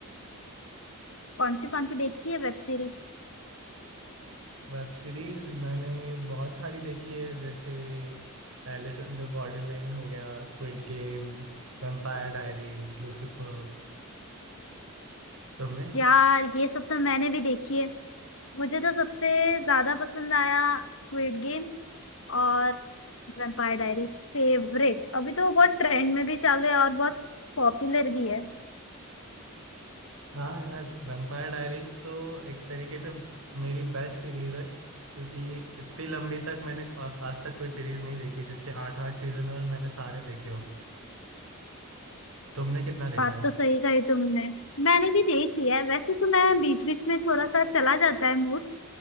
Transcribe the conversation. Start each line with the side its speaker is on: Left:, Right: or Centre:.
Left: कौन सी कौन सी देखी है वेब सीरीज
Right: वेब सीरीज मैंने बहुत सारी देखी है जैसे एलिस इन द बॉर्डरलैंड हो गया squid game vampire diaries Lucifer तुमने
Left: यार ये सब तो मैंने भी देखी है मुझे तो सबसे ज्यादा पसंद आया स्क्विड गेम और वैम्पायर डायरीज फेवरेट अभी तो बहुत ट्रेंड में भी चालू है और बहुत पॉपुलर भी है
Right: हाँ यार वैम्पायर डायरीज तो एक तरीके से मेरी बेस्ट सीरीज है क्योंकि इतनी लंबी तक मैंने आज आज तक कोई सीरीज नहीं देखी है, जिसके आठ आठ सीजन और मैंने सारे देखे हो तुमने कितना देखा
Left: बात
Right: है
Left: तो सही कही तुमने मैंने भी देख लिया है वैसे तो मैं बीच बीच में थोड़ा सा चला जाता है मूड